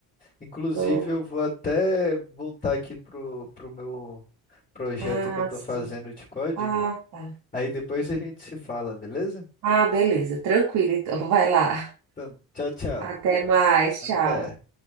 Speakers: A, on the left; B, on the right.
A: Inclusive,
B: Não,
A: eu vou até voltar aqui pro, pro meu projeto
B: ah,
A: que eu tô
B: sim.
A: fazendo de código.
B: Ah, tá.
A: Aí depois a gente se fala, beleza?
B: Ah, beleza. Tranquilo, então. Vai lá.
A: Então, tchau, tchau.
B: Até mais.
A: Até.
B: Tchau.